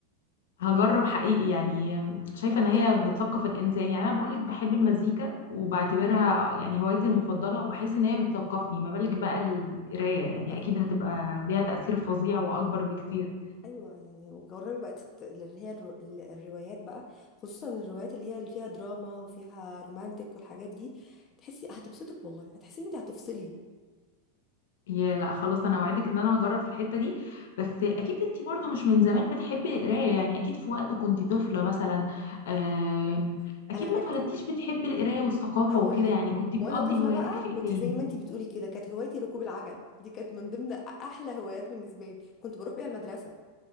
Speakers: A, on the left; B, on the left.
A: هجرب حقيقي يعني شايفة
B: يعني
A: ان
B: ممكن
A: هي بتثقف الانسان يعني انا بقولك بحب المزيكا وبعتبرها يعني هوايتي المفضلة وبحس ان هي بتثقفني ما بالك بقى القراية يعني
B: بقى
A: اكيد هتبقى ليها تأثير فظيع واكبر بكتير
B: ايوه يعني وجربي بقى تت... اللي هي الرو... ال- الروايات بقى خصوصا الروايات اللي هي اللي فيها دراما وفيها رومانتك والحاجات دي تحسي هتبسطك والله هتحسي ان انت هتفصلي
A: يا لا خلاص انا وعدك ان انا هجرب في الحتة دي بس اكيد انتي برضو مش من زمان بتحبي القراية يعني اكيد في وقت كنتي طفلة مثلا آم، اكيد
B: انا كانت
A: ما اتولدتيش بتحبي القراية والثقافة
B: هقول
A: وكده
B: لك
A: يعني كنتي
B: وانا
A: بتقضي
B: طفله
A: هواياتك
B: بقى
A: في ايه
B: كنت
A: تاني
B: زي ما انت بتقولي كده كانت هوايتي ركوب العجل دي كانت من ضمن احلى هوايات بالنسبه لي كنت بروح بيها المدرسه